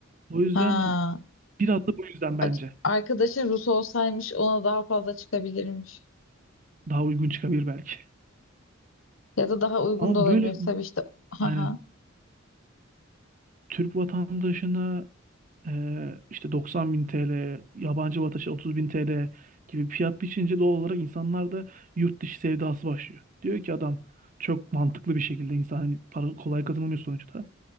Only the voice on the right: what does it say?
o yüzden
hani biraz da bu yüzden bence
daha uygun çıkabilir belki.
Ama
böyle
aynen Türk vatandaşına Ee, işte 90 bin TL, yabancı vatandaşı 30 bin TL gibi fiyat biçince doğal olarak insanlarda yurt dışı sevdası başlıyor. Diyor ki adam çok mantıklı bir şekilde insan hani para kolay kazanılmıyor sonuçta.